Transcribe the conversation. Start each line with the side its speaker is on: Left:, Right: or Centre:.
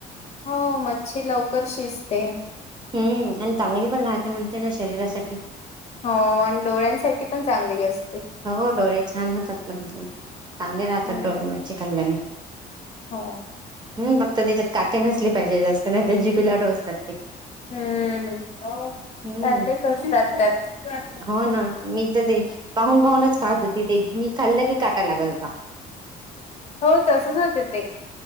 Left: हो मच्छी लवकर शिजते.
Right: हम्म आणि चांगली पण राहते म्हणते ना शरीरासाठी.
Left: हो आणि डोळ्यांसाठी पण चांगली अस
Right: हो डोळे छान होतात मंतरी चांगले राहतात
Left: हम्म
Right: डोळे मच्छि खाल्ल्याने
Left: हो.
Right: हम् फक्त त्याच्यात काठे नसली पाहिजे जास्त नाही तर जीभीला टोचतात ते.
Left: हम्म
Right: हम्म.
Left: काय काय <unintelligible>
Right: हो ना मी तर द्यायची पाहून पाहूनच खात होती ते मी खाल्लं की काटा लागत होता.
Left: हो तसच होते ते.